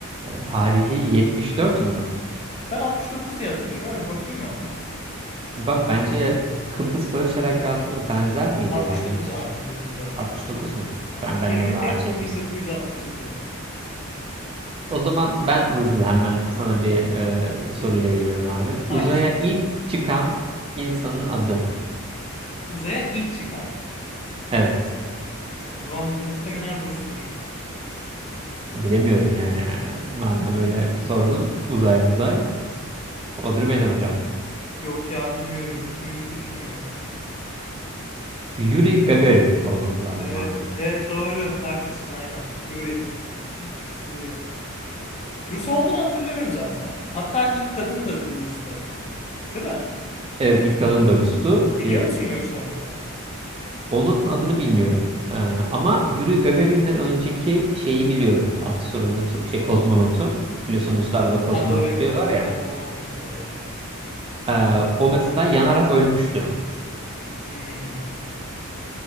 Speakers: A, on the right (about 25°); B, on the left (about 30°).
A: tarihi 74 mü?
B: Ben 69 diye hatırlıyorum ama bir bakayım hemen.
A: Bir bak bence Kıbrıs Barış Harekatı'na benzer miydi
B: 69
A: ya? 70,
B: abi 1969.
A: dokuz mu?
B: Aha,
A: Sen benden
B: 20
A: daha
B: Temmuz
A: şeyimiz.
B: 1969'da.
A: O zaman ben hızlı hemen sana bir e, soruyla geliyorum abi.
B: Haydi
A: Uzaya
B: sor.
A: ilk çıkan insanın adı.
B: Uzaya ilk çıkan.
A: Evet.
B: O zaman bu muhtemelen Rus'tur.
A: Bilemiyorum yani. E, Madem öyle sordun. Uzay muzay. Odri Meydan hocam.
B: Yok ya bilmiyorum. Kim hiçbir fikrim yok.
A: Yuri Gagarin olması lazım
B: Evet,
A: abi.
B: evet doğru. Haklısın aynen. Yuri. Yuri. Rus olduğunu hatırlıyorum zaten. Hatta ilk kadın da Rus'tu. Değil mi?
A: Evet ilk kadın da Rus'tu.
B: Biliyor
A: E,
B: musun yoksa onu da?
A: onun adını bilmiyorum. E, ama Yuri Gagarin'den önceki şeyi biliyorum. Astronotu, şey kozmonotu. Biliyorsun Ruslar da kozmonot
B: Ha doğru evet
A: diyorlar
B: onlara
A: ya.
B: kozmonot deniyor zaten.
A: E, o mesela yanarak ölmüştü.
B: Hmm,